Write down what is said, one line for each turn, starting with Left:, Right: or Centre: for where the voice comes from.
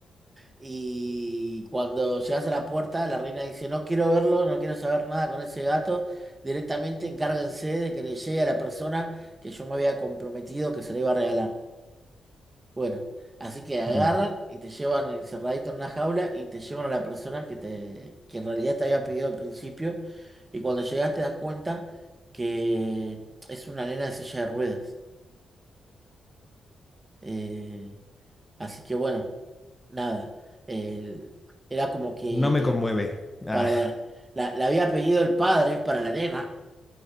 Right: Y cuando llegas a la puerta, la reina dice, no quiero verlo, no quiero saber nada con ese gato, directamente encárguense de que le llegue a la persona que yo me había comprometido que se le iba a regalar. Bueno, así que agarran
Left: Mm.
Right: y te llevan encerradito en una jaula y te llevan a la persona que te, que en realidad te había pedido al principio. Y cuando llegas te das cuenta que es una nena de silla de ruedas. Eh, así que bueno, nada. El- era como que
Left: No me
Right: eh,
Left: conmueve. Ah.
Right: para, para- la, la había pedido el padre para la nena.